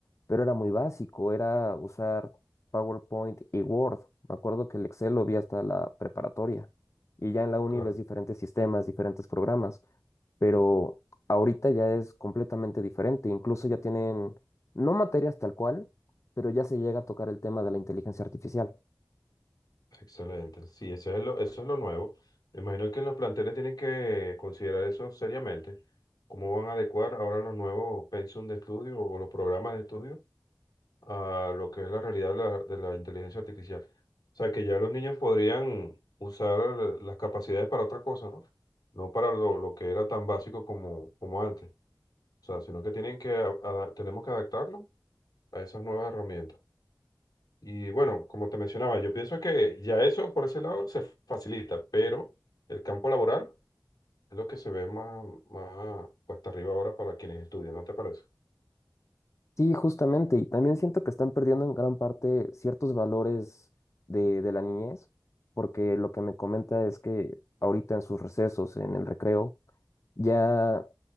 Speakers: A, on the left (about 40°); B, on the left (about 60°).
A: pero era muy básico, era usar PowerPoint y Word. Me acuerdo que el Excel lo vi hasta la preparatoria. Y ya en la uni
B: Claro.
A: ves diferentes sistemas, diferentes programas, pero ahorita ya es completamente diferente. Incluso ya tienen, no materias tal cual, pero ya se llega a tocar el tema de la inteligencia artificial.
B: Excelente. Sí, eso es lo, eso es lo nuevo. Me imagino que los planteles tienen que considerar eso seriamente. ¿Cómo van a adecuar ahora los nuevos pensum de estudio o los programas de estudio a lo que es la realidad de la, de la inteligencia artificial? O sea, que ya los niños podrían usar las capacidades para otra cosa, ¿no? No para lo, lo que era tan básico como, como antes. O sea, sino que tienen que, a- ada- tenemos que adaptarlo a esas nuevas herramientas. Y bueno, como te mencionaba, yo pienso que ya eso por ese lado se facilita, pero el campo laboral es lo que se ve más, más cuesta arriba ahora para quienes estudian, ¿no te parece?
A: Sí, justamente, y también siento que están perdiendo en gran parte ciertos valores de, de la niñez, porque lo que me comenta es que ahorita en sus recesos, en el recreo, ya